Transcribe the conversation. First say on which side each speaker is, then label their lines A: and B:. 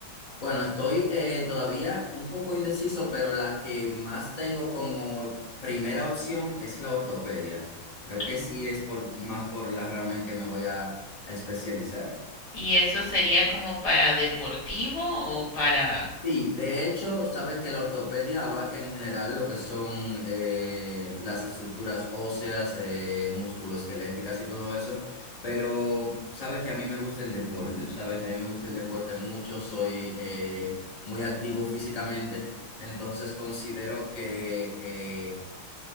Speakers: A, on the left; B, on the left.
A: Bueno, estoy eh, todavía un poco indeciso, pero la que más tengo como primera opción es la ortopedia. Creo que
B: Ah.
A: sí es por, más por la rama en que me voy a a especializar.
B: ¿Y eso sería como para deportivo o para
A: Sí, de hecho, sabes que la ortopedia abarca en general lo que son eh, las estructuras óseas, eh, musculoesqueléticas y todo eso, pero sabes que a mí me gusta el deporte, sabes que a mí me gusta el deporte mucho, soy eh, muy activo físicamente, entonces considero que eh,